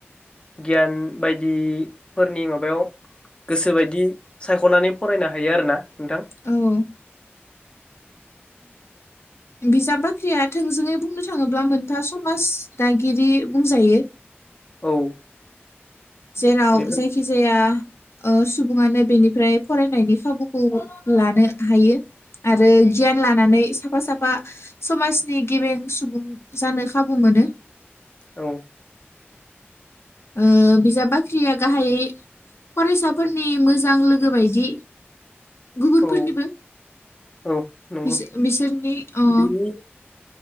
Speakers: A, on the left; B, on the left.
A: गियान बायदिफोरनि माबायाव गोसोबायदि सायख'नानै फरायनो हायो आरोना नोंथां
B: उम बिजाब बाख्रिया थोंजोङै बुंनो थाङोब्ला मोनफा समाज दागिरि बुंजायो।
A: औ
B: जेराव
A: बेफोर
B: जायखि जाया ओ सुबुङानो बेनिफ्राय फरायनायनि खाबुखौ लानो हायो आरो गियान लानानै सा साफा साफा समाजनि गेबें सुबुं जानो खाबु मोनो।
A: औ
B: ओ बिजाब बाख्रिया गाहायै फरायसाफोरनि मोजां लोगो बायदि गुबुनफोरनिबो
A: औ औ नंगौ
B: बिसोर बिसोरनि अ
A: बिनि